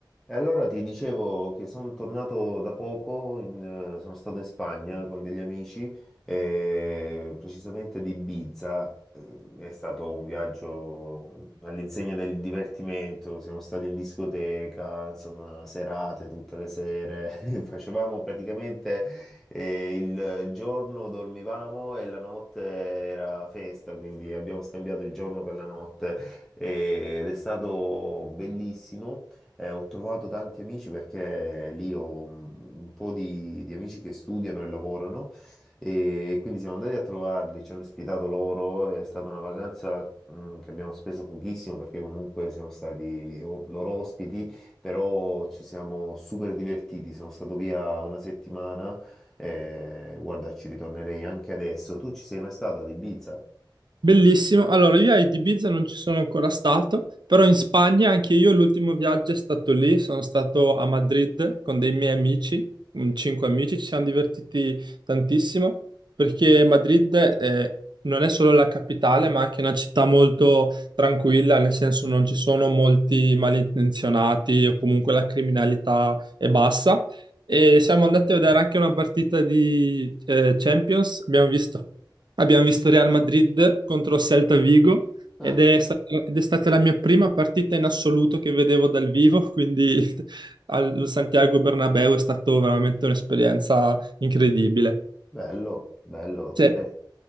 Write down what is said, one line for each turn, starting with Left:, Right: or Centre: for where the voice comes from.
Centre: E allora ti dicevo che sono tornato da poco, in- eh, sono stato in Spagna con degli amici, eh, precisamente ad Ibiza. Eh, È stato un viaggio all'insegna del divertimento, siamo stati in discoteca, insomma, serate tutte le sere, <laughs> facevamo praticamente eh, il giorno dormivamo e la notte era festa, quindi abbiamo scambiato il giorno per la notte eh, ed è stato bellissimo. Eh, ho trovato tanti amici perché lì ho mm, un po' di, di amici che studiano e lavorano e quindi siamo andati a trovarli, ci hanno ospitato loro, è stata una vacanza mm, che abbiamo speso pochissimo perché comunque siamo stati o- loro ospiti, però ci siamo super divertiti, sono stato via una settimana, eh, guarda ci ritornerei anche adesso. Tu ci sei mai stato ad Ibiza?
Right: Bellissimo. Allora, io a Ibiza non ci sono ancora stato, però in Spagna anche io l'ultimo viaggio è stato lì. Sono stato a Madrid con dei miei amici, mm, cinque amici, ci siamo divertiti tantissimo perché Madrid eh, non è solo la capitale, ma anche una città molto tranquilla, nel senso non ci sono molti malintenzionati o comunque la criminalità è bassa. E siamo andati a vedere anche una partita di eh, Champions, abbiamo visto. Abbiamo visto Real Madrid contro Celta Vigo ed
Centre: Ah,
Right: è stata, ed è stata la mia prima partita in assoluto che vedevo dal vivo, quindi <laughs> al Santiago Bernabéu è stata veramente un'esperienza incredibile.
Centre: bello, bello.
Right: Cioè,
Centre: Eh,